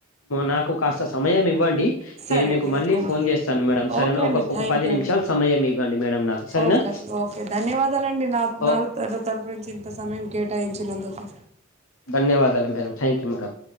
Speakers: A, on the left (about 85°); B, on the right (about 35°).
A: నాకు కాస్త సమయం ఇవ్వండి
B: సరే
A: నేను మీకు
B: అండి
A: మళ్ళీ
B: ఓకే,
A: ఫోన్ చేస్తాను మేడం సరేనా
B: ఓకే అండి
A: ఒక
B: థ్యాంక్
A: ఒక పది
B: యూ
A: నిమిషాలు
B: అండి
A: సమయం ఇవ్వండి మేడం నాకు సరేనా
B: ఓకే అండి ఓకే ధన్యవాదాలండి నా
A: ఓ
B: నాతరు తరుపు నుంచి ఇంత సమయం కేటాయించినందుకు
A: దన్యవాదాలు మేడం థ్యాంక్ యు మేడం